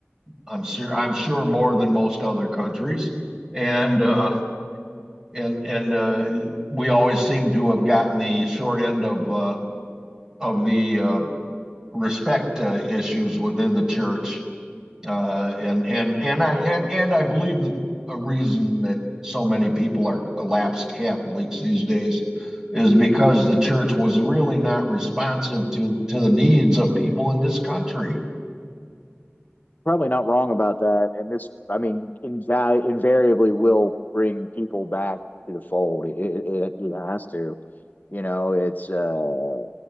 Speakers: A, on the right; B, on the left.
A: I'm sure I'm sure more than most other countries, and uh, and and uh, we always seem to have gotten the short end of uh, of the uh, respect uh, issues within the church. Uh, and and and I and, and I believe that a reason that so many people are lapsed Catholics these days is because the church was really not responsive to to the needs of people in this country.
B: probably not wrong about that. And this, I mean, inva- invariably will bring people back to the fold. It, it, it has to. You know, it's uh